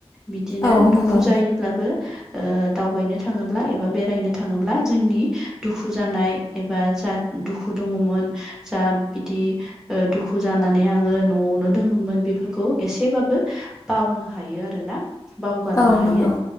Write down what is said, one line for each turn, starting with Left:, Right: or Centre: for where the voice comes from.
Centre: बिदिनो
Left: औ
Centre: दुखु
Left: नंगौ
Centre: जायोब्लाबो ओ दावबायनो थाङोब्ला एबा बेरायनो थाङोब्ला जोंनि दुखु जानाय एबा जा दुखु दङमोन जा बिदि दुखु जानानै आङो न'आवनो दङमोन बेफोरखौ एसेबाबो बावनो हायो आरोना बावगारनो
Left: औ
Centre: हायो
Left: नंगौ